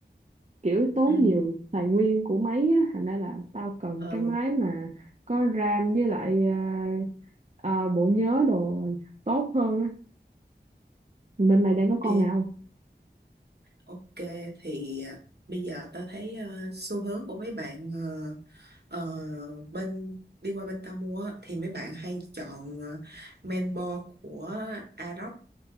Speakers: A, on the right (about 40°); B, on the right (about 60°).
A: kiểu tốn
B: ừ
A: nhiều tài nguyên của máy á. Thành ra là tao cần
B: ờ
A: cái máy mà có RAM với lại ờ, ờ, bộ nhớ đồ tốt hơn á. Bên mày
B: ok
A: đang có con nào?
B: ok thì à, bây giờ tao thấy ờ, xu hướng của mấy bạn ờ, Ờ, bên đi qua bên tao mua á, thì mấy bạn hay chọn ờ, men bo của Arox